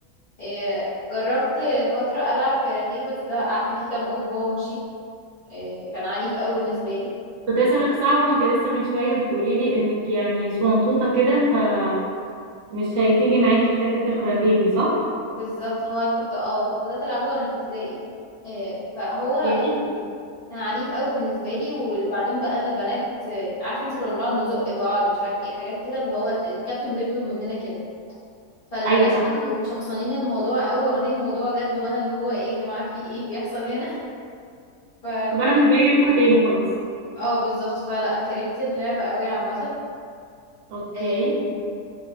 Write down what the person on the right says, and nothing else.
كنت عايزه اقول لك صعبه وانت لسه من شويه بتقولي لي انك يعني صنطوطه كده فمش هتيجي معاكي حته الكاراتيه دي صح
اوكي
ايوه صح
طب انا مش جايه لكم تاني خلاص
اوكي